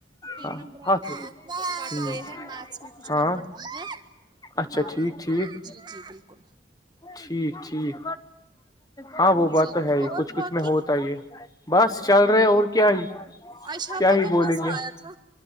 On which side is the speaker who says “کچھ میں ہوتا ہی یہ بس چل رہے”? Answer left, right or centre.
Left